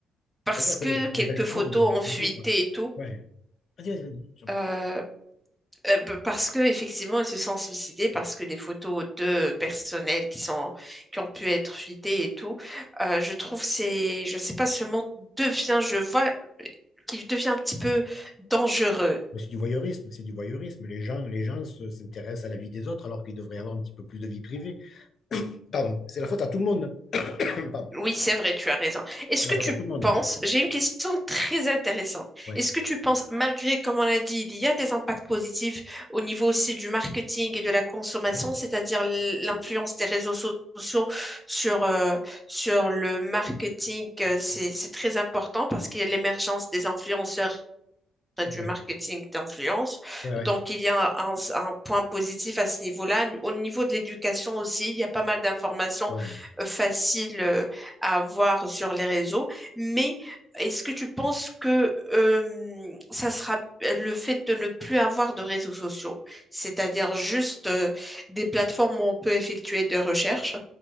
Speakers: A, in the centre; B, on the left.
A: parce
B: C'est-à-dire
A: que
B: que les gens
A: quelques
B: révèlent trop
A: photos
B: de, de
A: ont fuité
B: nous, quoi.
A: et tout,
B: Ouais. Vas-y, vas-y, vas-y, j'en prie.
A: euh, euh, parce que effectivement, ils se sont suicidés, parce que des photos de personnel qui sont, qui ont pu être fuitées et tout, euh, je trouve c'est, je sais pas, ce monde devient, je vois euh, qu'il devient un petit peu dangereux.
B: Mais c'est du voyeurisme, c'est du voyeurisme. Les gens, les gens se- s'intéressent à la vie des autres alors qu'ils devraient avoir un petit peu plus de vie privée. Pardon, c'est la faute à tout le monde. <coughs> Pardon,
A: Oui, c'est vrai, tu as raison. Est-ce
B: c'est
A: que
B: la faute
A: tu
B: à tout le monde.
A: penses, j'ai une question très intéressante.
B: Ouais.
A: Est-ce que tu penses, malgré, comme on l'a dit, il y a des impacts positifs au niveau aussi du marketing et de la consommation,
B: Ouais.
A: c'est-à-dire l- l'influence des réseaux so- sociaux sur, euh, sur le marketing, euh, c'est, c'est très important parce qu'il y a l'émergence des influenceurs
B: Ouais.
A: du marketing d'influence.
B: Ouais. Ouais.
A: Donc, il y a un, un point positif à ce niveau-là. Au niveau de l'éducation aussi, il y a pas mal d'informations
B: Ouais.
A: euh, faciles euh, à avoir sur les réseaux. Mais est-ce que tu penses que euh, ça sera le fait de ne plus avoir de réseaux sociaux, c'est-à-dire juste euh, des plateformes où on peut effectuer des recherches